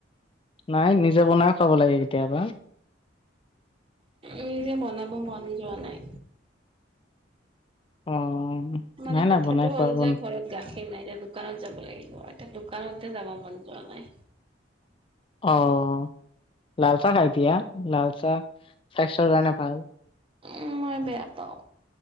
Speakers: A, on the left; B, on the right.
A: নাই নিজেই বনায় খাব লাগে কেতিয়াবা।
B: এই যে বনাব মনে যোৱা নাই।
A: অ',
B: মানে
A: নাই নাই
B: কথাটো
A: বনাই
B: হ'ল
A: খোৱা বন
B: যে ঘৰত গাখীৰ নাই এতিয়া দোকানত যাব লাগিব এতিয়া দোকানতে যাব মন জোৱা নাই।
A: অ'লাল চাহ খাই দিয়া লাল চাহ স্বাস্থ্য কাৰণে ভাল।
B: উম, মই বেয়া পাওঁ